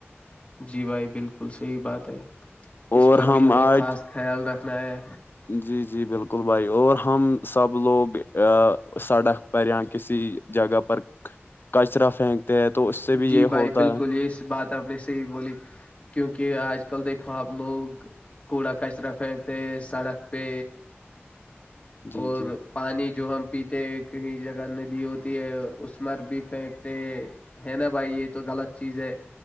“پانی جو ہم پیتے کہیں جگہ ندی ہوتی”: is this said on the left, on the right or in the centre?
Left